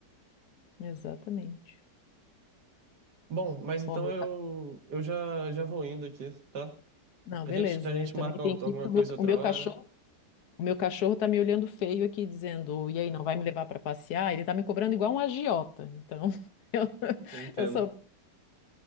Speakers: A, on the left; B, on the right.
A: exatamente.
B: Bom, mas então
A: Ó, meu
B: eu, eu já, já vou indo aqui, tá?
A: Não,
B: A
A: beleza.
B: gente, a gente
A: Eu também
B: marca
A: tenho
B: out-
A: que
B: alguma
A: ir, porque o
B: coisa
A: meu,
B: outra
A: o meu
B: hora.
A: cachorro, o meu cachorro tá me olhando feio aqui, dizendo, e aí, não vai me levar para passear? Ele tá me cobrando igual um agiota. Então, <laughs> eu,
B: Eu entendo.
A: eu sou.